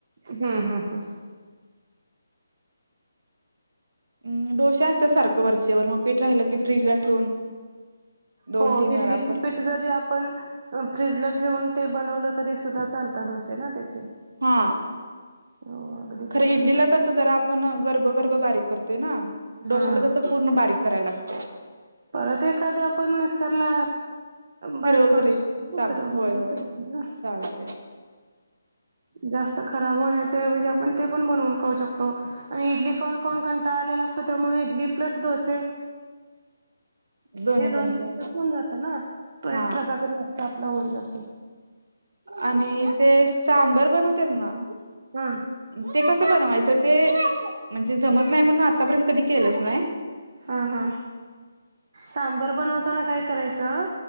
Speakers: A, on the right; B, on the right.
A: हम्म हम् हम्.
B: म डोसे्या असतात सारखं वरचे वर मग पीठ राहिलं की फ्रीजला ठेवून दोन
A: हो
B: तीन
A: इडलीची
B: वेळा कर
A: पीठ जरी पण फ्रीजला ठेवून ते बनवलं तरी सुद्धा चालतं डोसे ना त्याचे
B: हा
A: हो अगदी
B: खरं
A: बरोबर
B: इडलीला कस जरा आप पण गर्भगर्भ बारीक करतोय ना
A: हा
B: डोश्याला तसं पूर्ण बारीक करायला लागते
A: परत एखादं आपण मिक्सरला बारीक
B: फिरवल
A: करू
B: तरी
A: शकतो ना
B: चाल
A: फिरवलं
B: होय
A: वैरे
B: होय
A: चालत ना
B: चालते
A: जास्त खराब होण्याच्या ऐवजयी म्हजे आपण ते पण बनवून करू शकतो आणि इडली खाऊन खाऊन कंटाळलेला असतो त्यामुळे इडली प्लस डोसे
B: दोन्ही
A: हे दोन
B: पण
A: दिवसात
B: चाल
A: होऊन जात ना तो
B: हा
A: एक ट्रकाचा नास्ता आपला होऊन जातो
B: आणि ते सांबर बनवतात ना
A: हां
B: ते कसं बनवायचं ते म्हणजे जमत नाही म्हणून आतापर्यंत कधी केलंच नाही
A: हा हा सांबर बनवताना काय करायचं